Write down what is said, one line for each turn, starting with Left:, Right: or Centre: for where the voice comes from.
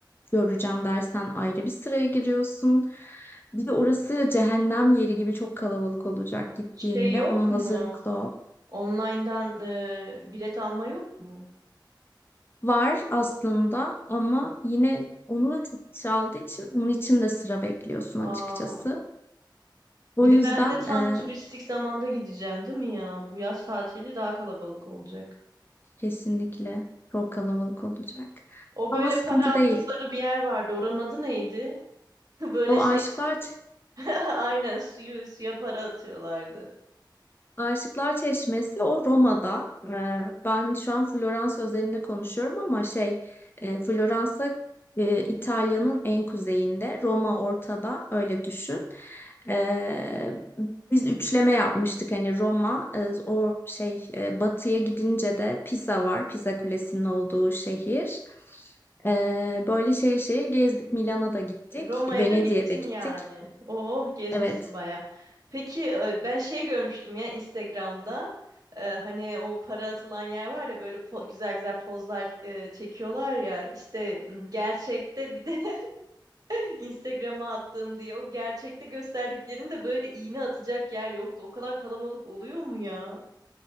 Left: göreceğim dersen ayrı bir sıraya giriyorsun. Bir de orası cehennem yeri gibi çok kalabalık olacak gittiğinde.
Right: Şey yok
Left: Ona
Right: mu?
Left: hazırlıklı ol.
Right: Online'dan e, bilet alma yok mu?
Left: Var aslında ama yine onu da çok çaldığı için onun için de sıra bekliyorsun
Right: Aa,
Left: açıkçası. O
Right: bir
Left: yüzden
Right: de ben de tam
Left: e,
Right: turistik zamanda gideceğim değil mi ya? Bu yaz tatili daha kalabalık olacak.
Left: kesinlikle çok kalabalık olacak.
Right: O
Left: Ama
Right: böyle
Left: sıkıntı
Right: para attıkları
Left: değil.
Right: bir yer vardı. Oranın adı neydi? <laughs> Böyle
Left: O
Right: şey
Left: aşklar
Right: <laughs> Aynen suyu suya para atıyorlardı.
Left: Aşıklar Çeşmesi o Roma'da. Ee, ben şu an Florans özelinde konuşuyorum ama şey e, Floransa e, İtalya'nın en kuzeyinde, Roma ortada öyle düşün. Ee, biz üçleme yapmıştık hani Roma e, o şey e, batıya gidince de Pisa var. Pisa Kulesi'nin olduğu şehir. Ee, böyle şehir şehir gezdik. Milano'da da gittik,
Right: Roma'ya
Left: Venedik'e
Right: da gittin
Left: de gittik.
Right: yani. Oh gezmişsin
Left: Evet.
Right: baya. Peki e, ben şey görmüştüm ya Instagram'da. E, hani o para atılan yer var ya böyle po- güzel güzel pozlar e, çekiyorlar ya. İşte m, gerçekte bir de <laughs> Instagram'a attığım diye o gerçekte gösterdiklerinde böyle iğne atacak yer yoktu. O kadar kalabalık oluyor mu ya?